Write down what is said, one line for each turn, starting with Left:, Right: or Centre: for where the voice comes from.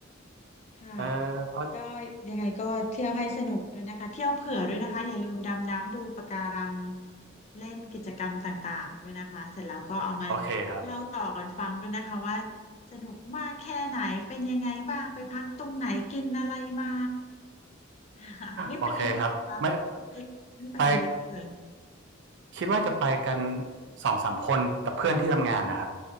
Left: ค่ะ
Right: เออเพราะ
Left: ก็ยังไงก็เที่ยวให้สนุกด้วยนะคะเที่ยวเผื่อด้วยนะคะอย่าลืมดำน้ำดูปะการังเล่นกิจกรรมต่างๆด้วยนะคะเสร็จแล้วก็เอามา
Right: โอเคครับ
Left: เล่าต่อกันฟังด้วยนะคะว่าสนุกมากแค่ไหนเป็นยังไงบ้างไปพักตรงไหนกินอะไรมา <laughs> ค่ะนี่ไปกันเยอะไหมคะนี่ไป
Right: โอเคครับไม่
Left: นี่ไปกันเยอะไหมเอ่ย
Right: ไปคิดว่าจะไปกันสองสามคนกับเพื่อนที่ทำงานนะครับ